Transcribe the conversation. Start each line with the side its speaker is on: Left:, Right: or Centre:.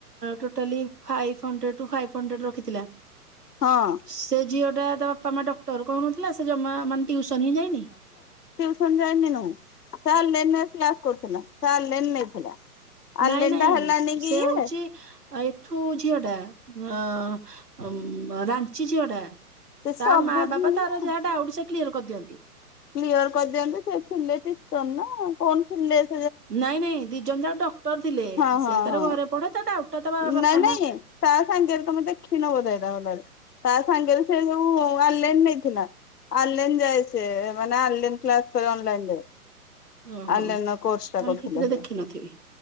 Right: ଟୋଟାଲି ଫାଇଭ୍ ହଣ୍ଡ୍ରେରୁ ଫାଇଭ୍ ହଣ୍ଡ୍ରେଡ୍ ରଖିଥିଲା।
Left: ହଁ
Right: ସେ ଝିଅ ଟା ତ ତମେ ଡକ୍ଟର କହୁନ ମାନେ ସେ ଜମା ଟୁଇସନ ହିଁ ଯାଇନି?
Left: <unintelligible> କରୁଥିଲ ଚାେ ନେଇଥିଲା <unintelligible> ଅନଲାଇନ
Right: ନାଇଁ ନାଇଁ
Left: ଟା ହେଲାନି କି
Right: ସେ ହଉଛି
Left: ଇଏ
Right: ଏଠୁ ଝିଅ ଟା। ଅ ରାଞ୍ଚି ଝଡା
Left: ସେ
Right: ତା
Left: ସବୁ
Right: ମା ବାପା
Left: ଝିଅ
Right: ତାରା ଯାହା ଡାକଚେ। କ୍ଲିୟର କରିଦିଅନ୍ତି।
Left: କ୍ଲିୟର କରିଦିଅନ୍ତୁ ସେ ଥିଲେ ନ ନା କଣ ଥିଲ <unintelligible>
Right: ନାଇଁ ନାଇଁ ଦି ଜଣ ଯାକ ଡକ୍ଟର ଥିଲେ
Left: ହଁ
Right: ସେ
Left: ହଁ
Right: ତାର
Left: ହଁ।
Right: ଘରେ ପଢେ ତା। ଟା ତା ବା- ବାପା
Left: ନାଇଁ ନାଇଁ
Right: ମା
Left: ତା ସାଙ୍ଗେରେ ତମେ ଦେଖିନ ବୋଧେ ଏଟ ଭଲରେ । ତା ସାଙ୍ଗରେ ସେ ଯ ଅନଲାଇନ ନେଇଥିଲା ଅନଲାଇ ଯାଏ ସେ ମାନେ ଅନ ଅନ।
Right: ଓହୋ
Left: ଅନଲାଇନ କୋର୍ସଟା
Right: ନହେଲେ
Left: କରୁଥିଲା
Right: ଠିକରେ
Left: ସେ
Right: ଦେଖିନଥିବି